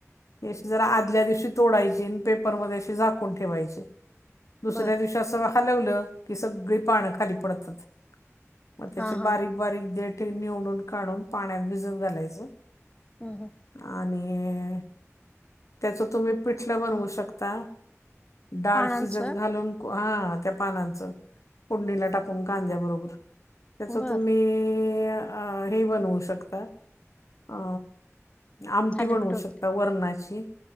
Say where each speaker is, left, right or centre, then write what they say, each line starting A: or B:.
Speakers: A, on the left; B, on the left.
A: अशी जरा आदल्या दिवशी तोडायची नी पेपरमध्ये अशी झाकून ठेवायची दुसऱ्या
B: बर
A: दिवशी असं हलवलं की सगळी पान खाली पडतात मग त्याचे
B: हा हा
A: बारीक बारीक देठ हे निवडून काढून पाण्यात भिजत घालायचं
B: ह हं
A: आणि त्याच तुम्ही पिठलं बनवू शकता डाळ
B: पानांचं
A: शिजत घालून हा त्या पानांचं फोडणीला टाकून कांद्या बरोबर त्याच
B: बर
A: तुम्ही हे अ हे बनवू शकता आ आमटी
B: थालीपीठ
A: बनवू
B: वगैरे
A: शकता वरणाची